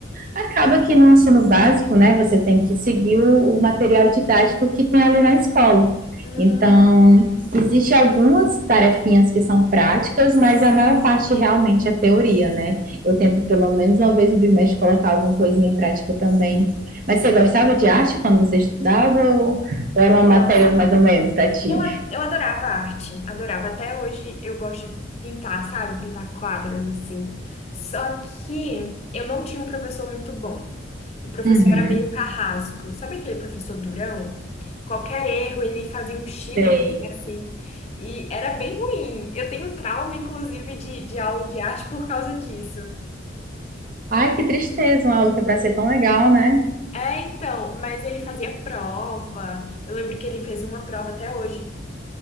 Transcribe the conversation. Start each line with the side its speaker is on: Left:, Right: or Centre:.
Right: Acaba que no ensino básico, né, você tem que seguir o, o material didático que tem ali na escola.
Left: Hum,
Right: Então, existe algumas tarefinhas que são práticas, mas a maior parte realmente é teoria, né? Eu tento pelo menos uma vez no bimestre colocar alguma coisinha prática também. Mas você gostava de arte quando você estudava ou, ou era uma
Left: nossa.
Right: matéria mais ou menos para ti?
Left: Eu, a- eu adorava arte, adorava. Até hoje eu gosto de pintar, sabe? Pintar quadras assim. Só que eu não tinha um professor muito bom. O professor
Right: Uhum.
Left: era meio carrasco. Sabe aquele professor durão? Qualquer erro, ele fazia um chilique
Right: Sei.
Left: assim. E era bem ruim. Eu tenho trauma, inclusive, de, de aula de arte por causa disso.
Right: Ai, que tristeza, uma aula que é para ser tão legal, né?
Left: É, então, mas ele fazia prova. Eu lembro que ele fez uma prova até hoje.